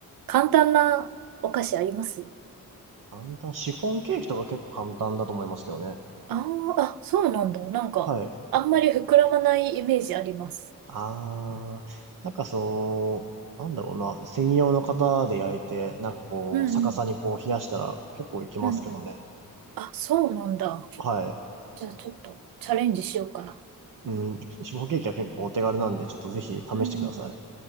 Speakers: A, on the right (about 85°); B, on the right (about 65°).
A: 簡単なお菓子あります
B: 簡単。シフォンケーキとか結構簡単だと思いますけどね。
A: ああー、あ、そうなんだ。なんか、
B: はい。
A: あんまり膨らまないイメージあります。
B: あー、なんかそう、なんだろうな。専用の型で焼いて、なんかこう、
A: うんうん。
B: 逆さにこう冷やしたら結構いきますけどね。
A: うんうん。あ、そうなんだ。
B: はい。
A: じゃあちょっとチャレンジしようかな。
B: うん、シフォンケーキは結構お手軽なんで、ちょっとぜひ試してくださ
A: うん。